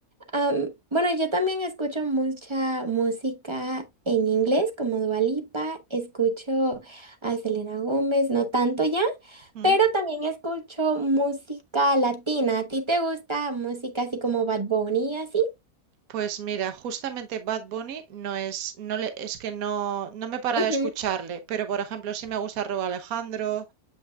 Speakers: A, on the right (about 20°); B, on the right (about 70°).
A: Am, bueno, yo también escucho mucha música en inglés, como Dua Lipa, escucho a Selena Gómez, no tanto ya,
B: ¿Mm?
A: pero también escucho música latina. ¿A ti te gusta música así como Bad Bunny y así?
B: pues mira, justamente Bad Bunny no es, no le, es que no, no me he parado
A: Ujú.
B: de escucharle, pero por ejemplo sí me gusta Raúl Alejandro,